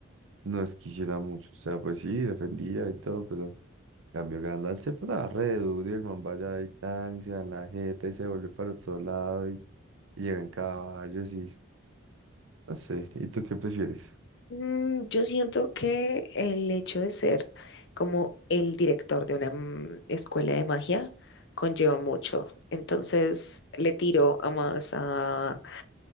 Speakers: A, on the right; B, on the left.
A: no es que hiciera mucho. O sea, pues sí, defendía y todo, pero en cambio Gandalf se pasaba re duro y el man vaya y tan, y se da la jeta y se vuelve para el otro lado y, y llega en caballos y no sé. ¿Y tú qué prefieres?
B: Mm, yo siento que el hecho de ser como el director de una mm, escuela de magia conlleva mucho. Entonces le tiro a más a...